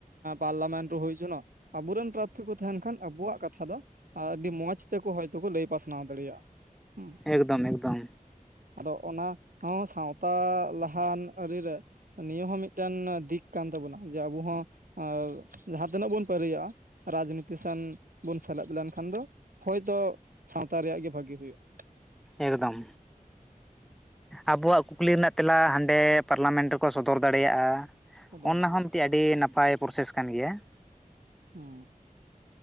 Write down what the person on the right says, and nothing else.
ᱯᱟᱨᱞᱟᱢᱮᱱᱴ ᱨᱮ ᱦᱩᱭ ᱦᱚᱪᱚᱱᱚᱜ ᱟᱵᱩᱨᱮᱱ ᱯᱨᱟᱛᱷᱤ ᱠᱚ ᱛᱟᱦᱮᱱ ᱠᱷᱟᱱ ᱟᱵᱩᱣᱟᱜ ᱠᱟᱛᱷᱟ ᱫᱚ ᱟᱹᱰᱤ ᱢᱚᱡᱽ ᱛᱮᱠᱚ ᱦᱚᱭᱛᱚ ᱠᱚ ᱞᱟᱹᱭ ᱯᱟᱥᱱᱟᱣ ᱫᱟᱲᱮᱭᱟᱜᱼᱟ ᱾ ᱦᱩᱸ
ᱟᱫᱚ ᱚᱱᱟ ᱦᱚᱸ ᱥᱟᱶᱛᱟ ᱞᱟᱦᱟᱱ ᱟᱹᱨᱤ ᱨᱮ ᱱᱤᱭᱟᱹ ᱦᱚᱸ ᱢᱤᱫᱴᱟᱱ ᱫᱤᱠ ᱠᱟᱱ ᱛᱟᱵᱚᱱᱟ ᱡᱮ ᱟᱵᱚ ᱦᱚᱸ ᱟᱸ ᱡᱟᱦᱟ ᱛᱤᱱᱟᱹᱜ ᱵᱚᱱ ᱯᱟᱨᱤᱭᱟᱜᱼᱟ ᱨᱟᱡᱽᱱᱤᱛᱤ ᱥᱮᱱ ᱵᱚᱱ ᱥᱮᱞᱮᱫ ᱞᱮᱱᱠᱷᱟᱱ ᱫᱚ ᱦᱚᱭᱛᱚ ᱥᱟᱶᱛᱟ ᱨᱮᱭᱟᱜ ᱜᱮ ᱵᱷᱟᱹᱜᱤ ᱦᱩᱭᱩᱜᱼᱟ ᱾
ᱫᱚᱦᱚ
ᱫᱟᱲᱮᱭᱟᱜᱼᱟ
ᱦᱮᱸ